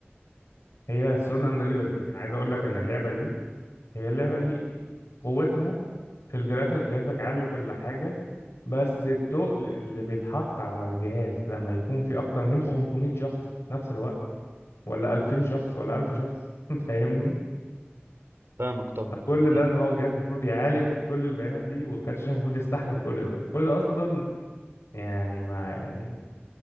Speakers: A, on the left; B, on the right.
A: هي ثرون اند ليبرتي انا عايز اقول لك ان اللعبه دي هي اللعبة دي قوتها في الجرافيك جرافيك عالي وكل حاجة بس التقل اللي بيتحط على الجهاز لما يكون في أكتر من 500 شخص في نفس الوقت ولا 2000 شخص ولا 1000 شخص <laughs> فاهمني
B: فاهمك طبعا
A: كل ده
B: يعني
A: ان هو جهاز المفروض يعالج كل البيانات دي والكارت الشاشة المفروض يستحمل كل ده فكل ده أصلا يعني ما يعني